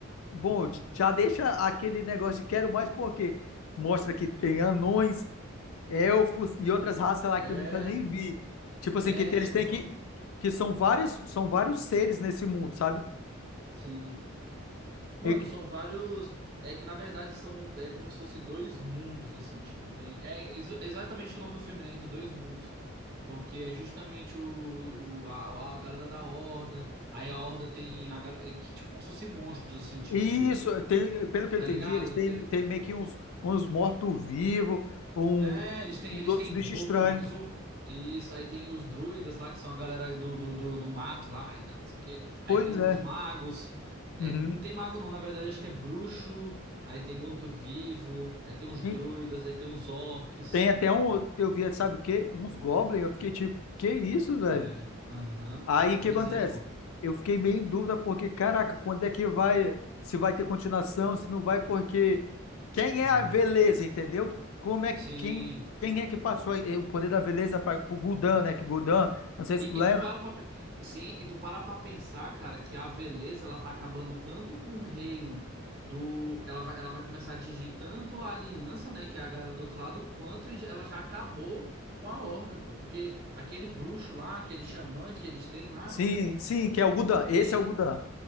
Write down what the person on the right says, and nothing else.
É,
é,
são.
va-
Sim. Mano,
são vários. É, que, na verdade, são é, como se fosse dois mundos, assim. Tipo, tem. É ex- exatamente o nome do filme, né? Entre dois mundos. Porque é justamente o, o- a, a galera da Horda. Aí a Horda tem. A, gal- é, que, tipo, como se fossem monstros, assim, tipo.
Tá
ligado?
É, eles têm,
eles
têm
morto.
zum- Isso, aí tem os druidas lá, que são a galera do, do, do, do mato lá e tal, não sei o quê. Aí
tem os
magos. É,
não tem mago não, na verdade, acho que é bruxo. Aí tem morto-vivo. Aí tem os
druidas, aí tem os orcs.
É, aham.
Pois
é, pô.
Aham.
Sim.
E,
e tu para pra, pe- sim, e tu para pra pensar, cara, que a Veleza ela tá acabando tanto com o reino do, ela vai, ela vai começar a atingir tanto a aliança, né, que é a galera do outro lado, quanto ela já acabou com a Horda, pô, porque aquele bruxo lá, aquele xamã que eles têm lá,
ele,